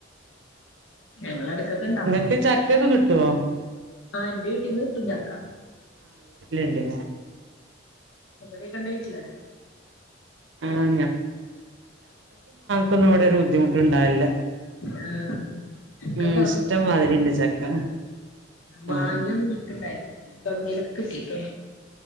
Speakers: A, on the left; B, on the right.
A: അല്ലെ ക്കെണ്ടാക്കും
B: നിങ്ങക്ക് ചക്കൊക്കെ കിട്ടുവോ
A: ആ എന്റെ വീട്ടീന്ന് തുഞ്ഞാക്ക
B: ഇണ്ട്
A: അ വേഖണ്ട വീട്ടില്
B: ആഹ് ബുദ്ധമു് ണ്ടാവില്ല
A: ആഹ് ഞങ്ങക്കൊക്കെ
B: ഉ ഇഷ്ടംമാതിരിയുണ്ട് ചക്ക
A: മാങ്ങിയൊ
B: ആഹ്
A: നീട്ടണ്ടായിരുന്നു കടുുന്നീലൊക്കെ കിട്ടീട്ട്